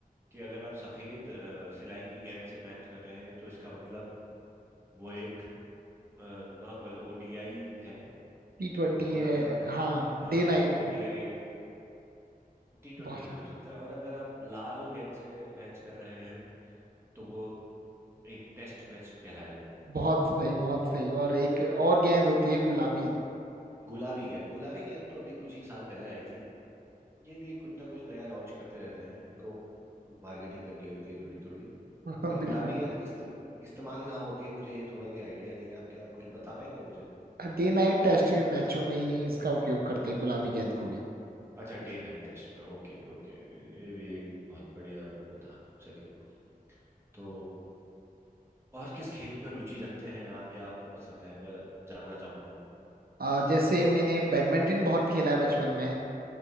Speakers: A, on the right; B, on the right.
A: कि अगर आप सफेद अ, सिलाई की गेंद से मैच कर रहे हैं तो इसका मतलब वो एक नॉर्मल ओडीआई है
B: टी ट्वेंटी
A: और
B: है
A: अगर आप ल-
B: हाँ
A: हाँ
B: डे नाइट
A: ओडीआई टी ट्वेंटी
B: बहुत
A: भी
B: सही
A: हो सकता है और अगर आप लाल गेंद से मैच कर रहे हैं तो वो एक टेस्ट मैच कहलाएगा
B: बहुत सही बहुत सही और एक और गेंद होती है गुलाबी
A: गुलाबी गेंद गुलाबी गेंद तो अभी कुछ ही साल पहले आई थी ये भी कुछ ना कुछ नया लॉन्च करते रहते हैं इनको मार्केटिंग करनी होती है थोड़ी थोड़ी
B: <laughs>
A: पर
B: बिल्कुल
A: गुलाबी गेंद की इस्तेम, इस्तेमाल कहाँ होती है मुझे ये थोड़ा भी आइडिया नहीं है आप क्या कुछ बता पाएंगे मुझे
B: डे नाइट टेस्ट के मैचों में ही इसका उपयोग करते हैं गुलाबी गेंद को भी
A: अच्छा डे नाइट टेस्ट में ओके ओके ये भी एक बहुत बढ़िया वो था चलिए तो और किस खेल में रुचि रखते हैं आप या आपको पसंद है मैं जानना चाहूंगा
B: अ, जैसे मैंने बैडमिंटन बहुत खेला है बचपन में